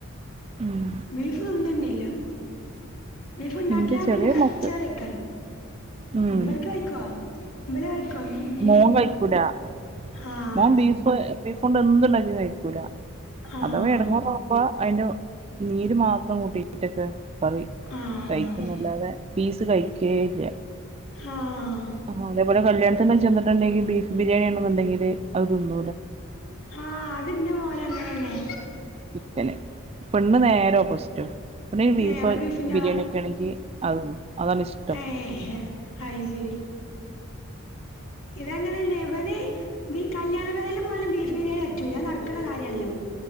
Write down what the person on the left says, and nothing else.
ബീഫ് തിന്നന്നില്ല ബീഫുണ്ടാക്കിയാ
പിന്നെ കച്ച
<unintelligible> റിക്കല
അമ്പലക്ക് <unintelligible> കഴിക്കോ ഇബല് കഴിക്കോ മീന്
ആഹ്
ശരി
ആഹ്
ആഹ്
ആഹ്
ആഹ് അത് എന്റെ മോന് അങ്ങനെ തന്നെ
ഏഹ് ഓള് ബീഫിന്റെ
ആളാ
ഏഹ് ഹേ അയ് ശരി ഇത് അങ്ങനെന്നെ ഇവന് ബീ- കല്യാണ പേരെല് പോയാലും ബീഫ് ബിരിയാണി പറ്റൂല അത് നടക്കുന്ന കാര്യായാണല്ലോ